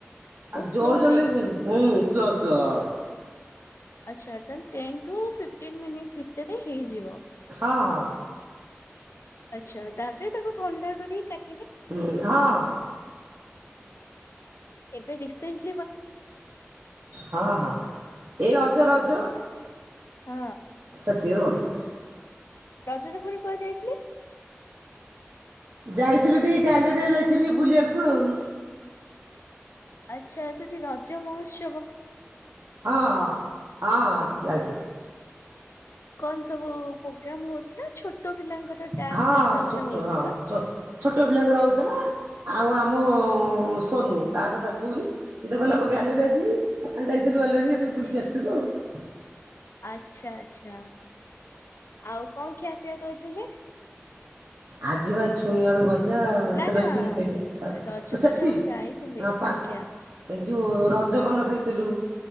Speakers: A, on the right; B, on the left.
A: ଆଉ
B: ଓ ସ୍ଲୋ
A: ଜୋର ଜଳିଲେ
B: ରେ।
A: କିମ ହୁଁ ସସ୍ ତଅ
B: ଆଚ୍ଛା ତାହେଲେ ଟେନ୍ ଠୁ ଫିଫ୍ଟିନ୍ ମିନିଟ୍ ଭିତରେ ହେଇଯିବ।
A: ହଁ ହଁ।
B: ଆଚ୍ଛା ତା ପରେ ତାକୁ ଥଣ୍ଡା କରିକି କା
A: ହୁଁ, ହଁ।
B: ଏବେ ରିସେଣ୍ଟ
A: ହଁ ହଁ। ଏଇ ରଜ ରଜ
B: ହଁ।
A: <unintelligible>
B: ରଜରେ ପୁଣି କୁଆଡେ ଯାଇଥିଲେ।
A: ଯାଇଥିଲି ଟିକେ ଗାଲେରିଆ ଯାଇଥିଲି ବୁଲିବାକୁ ଆଉ।
B: ଆଚ୍ଛା ସେଠି ରଜମହୋଶ୍
A: ହଁ ହଁ ହଁ ହଁ ସେ ଯାଇଚି।
B: କଣ ସବୁ ପୋଗ୍ରାମ ହଉଥିଲା। ଛୋଟ ପିଲାଙ୍କର ଡ୍ୟାନ୍ସ
A: ହଁ
B: ହେରିକା ବୋଧେ
A: ଛୋଟ
B: ହଉଥିଲା
A: ହଁ ଛୋ ଛୋଟ ପିଲାଙ୍କର ହଉଥିଲା। ଆଉ ଆମ ସୋନୁ ତା କଥା କୁହନି ସିଏ ତ କହିଲା ଆମ ଗ୍ୟାଲେରୀରେ ଯିବି ଯାଇଥିଲୁ ଗ୍ୟାଲେରୀ ଆଡ଼େ ଟିକେ ବୁଲିକି ଆସିଥିଲୁ ଆଉ।
B: ଆଚ୍ଛା ଆଚ୍ଛା ଆଉ କଣ ଖିଆପିଆ କରିଥିଲେ।
A: ଆଜିିବା ଛୁଇଁ ଆଳୁ ଭ ଭଜା ଭାତ
B: ନା
A: ଡାଲି
B: ନା
A: ସବୁ ଖାଇଲେ ଓ
B: ରଜକୁ
A: ସେଠି
B: ଯୋଉ ଯାଇଥିଲେ
A: <inaudible>
B: ଆଜ୍ଞା
A: ଏ ଯୋଉ ରଜ ପାନ ଖାଇଥିଲୁ।